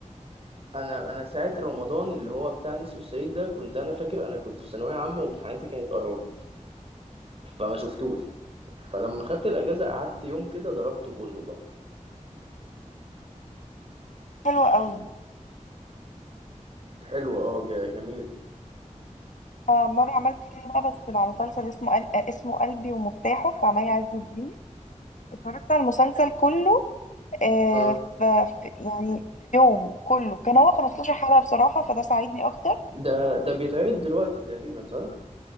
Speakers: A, on the right; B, on the left.
A: انا انا ساعه رمضان اللي هو بتاع نسر الصعيد ده كنت انا فاكر انا كنت في ثانويه عامه وامتحاناتي كانت قربت فما شفتوش فلما خدت الاجازه قعدت يوم كده ضربته كله بقى
B: حلو قوي
A: حلو اه ج- جميل
B: مرة عملت كده بقى بس مع مسلسل اسمه قل... اسمه قلبي ومفتاحه بتاع مي عز الدين اتفرجت على المسلسل كله آه
A: اه
B: ف ف- يعني في يوم كله كان هو 15 حلقة بصراحة فده ساعدني أكتر
A: ده ده بيتعرض دلوقتي تقريبا صح